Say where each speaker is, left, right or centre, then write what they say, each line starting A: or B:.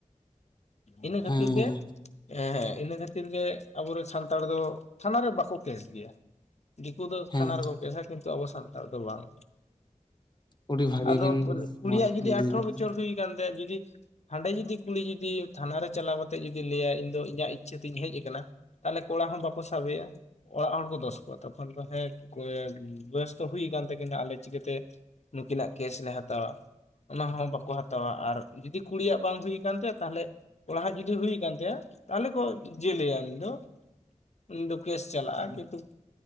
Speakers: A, on the left; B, on the left.
A: ᱤᱱᱟᱹ ᱠᱷᱟᱹᱛᱤᱨ
B: ᱦᱮᱸ
A: ᱜᱮ ᱦᱮᱸ ᱦᱮᱸ ᱤᱱᱟᱹ ᱠᱷᱟᱹᱛᱤᱨ ᱜᱮ ᱟᱵᱚᱨᱮᱱ ᱥᱟᱱᱛᱟᱲ ᱱᱛᱟᱲ ᱫᱚ ᱛᱷᱟᱱᱟ ᱨᱮ ᱵᱟᱠᱚ ᱠᱮᱥ ᱜᱮᱭᱟ ᱫᱤᱠᱩ ᱫᱚ
B: ᱦᱮᱸ
A: ᱛᱷᱟᱱᱟ ᱨᱮᱠᱚ ᱠᱮᱥᱟ ᱠᱤᱱᱛᱩ ᱟᱵᱚ ᱥᱟᱱᱛᱟᱲ ᱫᱚ ᱵᱟᱝ
B: ᱟᱹᱰᱤ ᱵᱷᱟᱜᱤ
A: ᱟᱫᱚ
B: ᱵᱤᱱ
A: ᱵᱚᱞᱮ ᱠᱩᱲᱤᱭᱟᱜ
B: ᱢᱚᱸᱡᱽ
A: ᱡᱩᱫᱤ
B: ᱵᱤᱱ
A: ᱟᱴᱷᱨᱚ
B: ᱞᱟᱹᱭ ᱠᱮᱫ
A: ᱵᱚᱪᱷᱚᱨ
B: ᱜᱮᱭᱟ᱾
A: ᱦᱩᱭ ᱟᱠᱟᱱ ᱛᱟᱭᱟ ᱡᱩᱫᱤ ᱦᱟᱸᱰᱮ ᱡᱩᱫᱤ ᱠᱩᱞᱤ ᱡᱩᱫᱤ ᱛᱷᱟᱱᱟ ᱨᱮ ᱪᱟᱞᱟᱣ ᱠᱟᱛᱮᱫ ᱡᱩᱫᱤ ᱞᱟᱹᱭᱟ ᱤᱧ ᱫᱚ ᱤᱧᱟᱹᱜ ᱤᱪᱪᱷᱟᱹ ᱛᱤᱧ ᱦᱮᱡ ᱟᱠᱟᱱᱟ ᱛᱟᱦᱚᱞᱮ ᱠᱚᱲᱲᱟ ᱦᱚᱸ ᱵᱟᱠᱚ ᱥᱟᱵᱮᱭᱟ ᱚᱲᱟᱜ ᱦᱚᱲ ᱠᱚ ᱫᱚᱥ ᱠᱚᱣᱟ ᱛᱚᱠᱷᱚᱱ ᱫᱚ ᱦᱮᱸ ᱵᱮᱥ ᱛᱚ ᱦᱩᱭ ᱟᱠᱟᱱ ᱛᱟᱹᱠᱤᱱᱟ ᱟᱞᱮ ᱪᱤᱠᱟᱹᱛᱮ ᱱᱩᱠᱤᱱᱟᱜ ᱠᱮᱥ ᱞᱮ ᱦᱟᱛᱟᱣᱟ ᱚᱱᱟ ᱦᱚᱸ ᱵᱟᱠᱚ ᱦᱟᱛᱟᱣᱟ ᱟᱨ ᱡᱩᱫᱤ ᱠᱩᱲᱤᱭᱟᱜ ᱵᱟᱝ ᱦᱩᱭ ᱟᱠᱟᱱ ᱛᱟᱭᱚ ᱛᱟᱦᱚᱞᱮ ᱠᱚᱲᱟᱦᱟᱜ ᱡᱩᱫᱤ ᱦᱩᱭ ᱟᱠᱟᱱ ᱛᱟᱭᱟ ᱛᱟᱦᱚᱞᱮ ᱠᱚ ᱡᱮᱞᱮᱭᱟ ᱩᱱᱤ ᱫᱚ ᱩᱱᱤ ᱫᱚ ᱠᱮᱥ ᱪᱟᱞᱟᱜᱼᱟ ᱠᱤᱱᱛᱩ